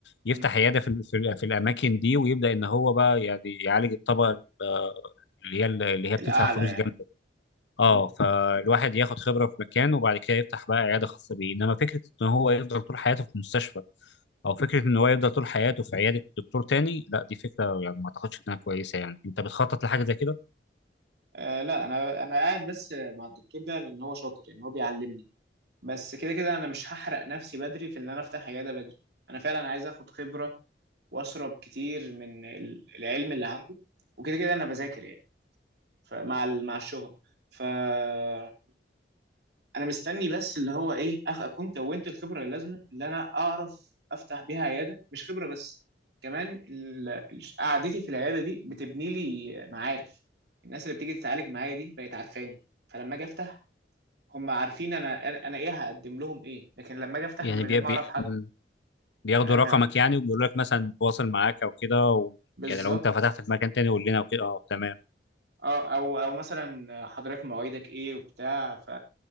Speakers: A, on the left; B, on the right.
A: يفتح
B: امم
A: عيادة في ال- في, ال- في الاماكن دي ويبدأ ان هو بقى يعني يعالج الطبقة آه، اللي هي اللي هي
B: الأعلى
A: بتدفع فلوس
B: يعني
A: جامدة اه
B: امم
A: فالواحد ياخد خبرة في مكان وبعد كده يفتح بقى عيادة خاصة بيه انما فكرة ان هو يفضل طول حياته في مستشفى او فكرة ان هو يفضل طول حياته في عيادة دكتور تاني لا دي فكرة يعني ما اعتقدش انها كويسة يعني انت بتخطط لحاجة زي كده
B: آه لا انا انا قاعد بس مع الدكتور ده لان هو شاطر يعني هو بيعلمني بس كده كده انا مش هحرق نفسي بدري في ان انا افتح عياده بدري انا فعلا عايز اخد خبره واشرب كتير من ال- العلم اللي عنده وكده كده انا بذاكر يعني فمع ال- مع الشغل فانا مستني بس اللي هو ايه أخ- اكون كونت الخبره اللازمه اللي انا اعرف افتح بيها عياده مش خبره بس كمان ال- ال- قعدتي في العياده دي بتبني لي معارف الناس اللي بتيجي تتعالج معايا دي بقت عارفاني فلما اجي افتح هم عارفين انا انا أنا ايه هقدم لهم ايه لكن لما اجي افتح
A: يعني
B: من غير
A: بي
B: ما
A: بي
B: اعرف حد
A: م- بياخدوا
B: أم-
A: رقمك يعني وبيقولوا لك مثلا تواصل معاك او كده و...
B: بالظبط
A: يعني لو انت فتحت في مكان تاني قول لنا وكده اه تمام
B: اه او او مثلا حضرتك مواعيدك ايه وبتاع ف